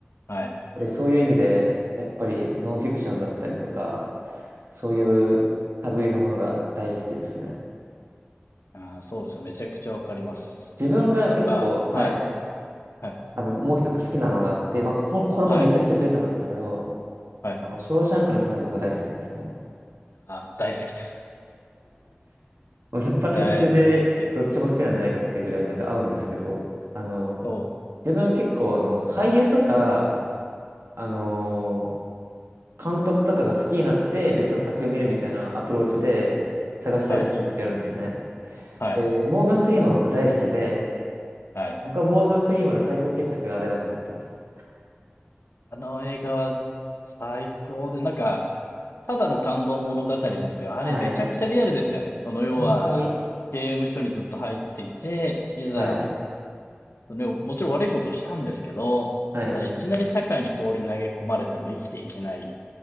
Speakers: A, on the left; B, on the right.
A: はい。
B: ぱりそういう意味で、やっぱりノンフィクションだったりとか、そういう類のものが大好きですね。
A: ああ、そうですよ。めちゃくちゃわかります。
B: 自分が結構、
A: なんか、
B: はい、
A: はい、はい、
B: あの、もう一つ好きなのがあって、まあ、こここれもめちゃくちゃベタなんですけど、
A: はい、はい。
B: あの、ショーシャンクの空が僕大好きなんですよね。
A: ああ、大好きですね。
B: もう百発百中でどっちも好きなんじゃないかってぐらいなんか合うんですけど、
A: 大好きですね。
B: あの、
A: そうですね。
B: 自分結構あの、俳優とか、あの、監督とかが好きになって別の作品を見るみたいなアプローチで探したりするときあるんですね。
A: はい、はい、
B: で、モーガン・フリーマン僕大好きで、
A: はい。
B: 僕はモーガン・フリーマンの最高傑作があれだと思ってます。
A: あの映画は最高で、なんか、ただの感動物語じゃなくて、あれめちゃくちゃリアルですよね。
B: はい。
A: その要は、
B: 本当に、
A: 刑務所にずっと入っていて、いざ、
B: はい、
A: それをもちろん悪いことをしたんですけど、
B: はい、
A: ただいきなり社会に放り投げ込まれても生きていけない、